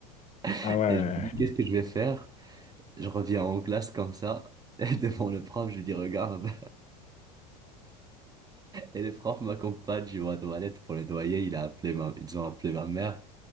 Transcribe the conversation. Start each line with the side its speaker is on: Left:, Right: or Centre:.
Right: <laughs>
Left: Ah ouais, ouais,
Right: et je me dis
Left: ouais.
Right: qu'est-ce que je vais faire je reviens en classe comme ça <laughs> et devant le prof je lui dis regarde Et le prof m'accompagne, je vais aux toilettes pour nettoyer. Il a appelé ma... Ils ont appelé ma mère